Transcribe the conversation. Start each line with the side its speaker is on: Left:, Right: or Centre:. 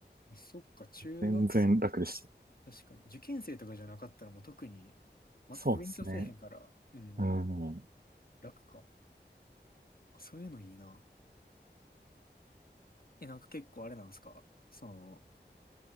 Left: あ、そっか、中学生じゃ、
Right: 全然楽でした。
Left: 確かに。受験生とかじゃなかったらもう特に、全く勉強せえへんから、
Right: そうですね。
Left: うん、
Right: うん。
Left: 楽か。そういうのいいな。え、なんか結構あれなんすかその、